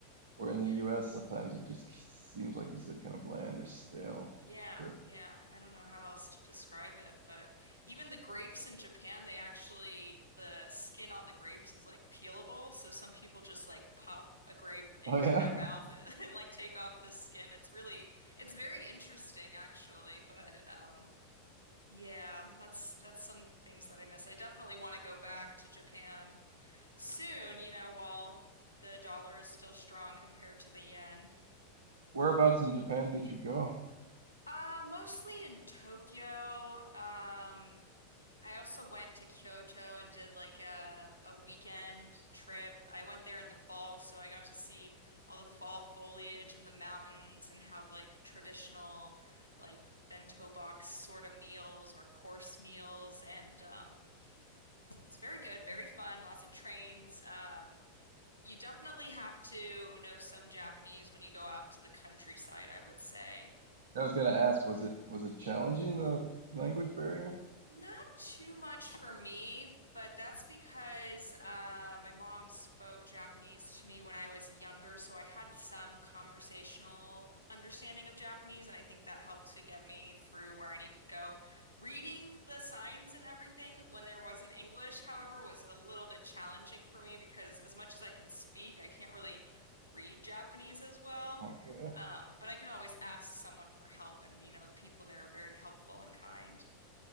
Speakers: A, on the right (about 65°); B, on the right (about 80°).
A: where in
B: Yeah.
A: the US, sometimes it just seems like you said, kind of bland or stale.
B: Yeah,
A: Or,
B: yeah. I don't know how else to describe it, but even the grapes in Japan, they actually, the skin on the grapes is like peelable. So some people just like pop a grape into
A: oh yeah,
B: their mouth <laughs> and like take off the skin. It's really, it's very interesting actually, but um yeah, that's that's some things that I miss. I definitely want to go back to Japan soon, you know, while the dollar is still strong compared to the yen.
A: <laughs> whereabouts in Japan did you go?
B: Uh, mostly in Tokyo. Um, I also went to Kyoto and did like a a weekend trip. I went there in the fall, so I got to see all the fall foliage in the mountains and have like traditional like bento box sort of meals or course meals and um it's very good, very fun, lots of trains. Um you definitely have to know some Japanese when you go out to the countryside, I would say.
A: I was gonna ask, was it was it challenging the language barrier?
B: Not too much for me, but that's because uh, my mom spoke Japanese to me when I was younger, so I had some conversational understanding of Japanese, and I think that helped to get me through where I needed to go. Reading the signs and everything when there wasn't English, however, was a little bit challenging for me because as much as I can speak, I can't really read Japanese as well.
A: Okay.
B: Um, but I can always ask someone for help, and you know, the people there are very helpful and kind.